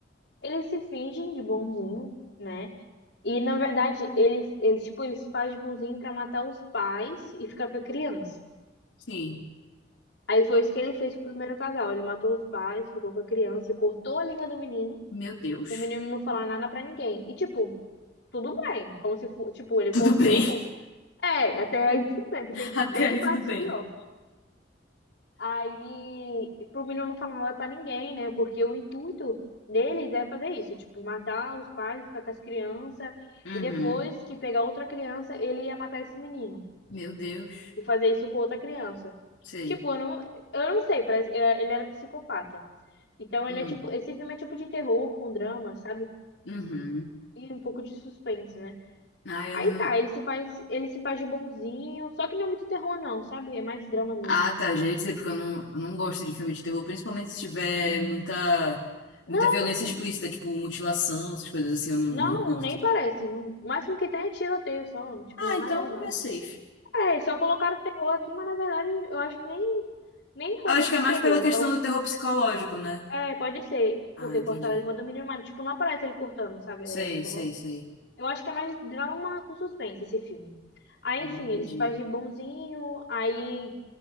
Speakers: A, on the left (about 65°); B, on the left (about 85°).
A: eles se fingem de bonzinho, né? E na verdade, ele, eles tipo, eles se fazem de bonzinho pra matar os pais e ficar com a criança.
B: sim.
A: Aí foi isso que ele fez com o primeiro casal. Ele matou os pais, ficou com a criança, cortou a língua do menino.
B: Meu Deus.
A: O menino não falar nada pra ninguém. E tipo, tudo bem, como se fosse, tipo, ele
B: Tudo
A: cortou,
B: bem.
A: como... É, até aí tudo bem, que
B: <laughs>
A: tem
B: Até
A: bem
B: aí
A: partes
B: tudo bem.
A: pior. Aí, pro menino não falar nada pra ninguém, né? Porque o intuito deles é fazer isso, tipo, matar os pais, ficar com as crianças,
B: Uhum.
A: e depois que pegar outra criança, ele ia matar esse menino
B: Meu Deus.
A: e fazer isso com outra criança.
B: Sei.
A: Tipo, eu não, eu não sei, parece, é, ele era psicopata. Então, ele
B: Hum.
A: é tipo, esse filme é tipo de terror com drama, sabe?
B: Uhum.
A: E um pouco de suspense, né?
B: Ah, eu
A: Aí
B: não.
A: tá, ele se faz, ele se faz de bonzinho, só que não é muito terror não, sabe? É mais drama mesmo.
B: Ah, tá. Já ia dizer, porque eu não, não gosto de filme de terror, principalmente se tiver muita,
A: Não
B: muita violência explícita, tipo mutilação, essas coisas assim, eu não,
A: Não,
B: não curto.
A: nem parece. Não- O máximo que tem é tiroteio só. Tipo,
B: Ah,
A: não é
B: então
A: nada demais.
B: é safe.
A: É, só colocaram terror aqui, mas na verdade eu acho que nem, nem coisa
B: Eu acho
A: de
B: que é mais
A: terror.
B: pela questão do terror psicológico, né?
A: Eu- é, pode ser,
B: Ah,
A: porque
B: entendi.
A: cortaram a língua do menino, mas tipo, não aparece ele cortando, sabe?
B: Sei,
A: É só.
B: sei, sei.
A: Eu acho que é mais drama com suspense esse filme. Aí,
B: Ah,
A: enfim,
B: entendi.
A: ele se faz de bonzinho, aí,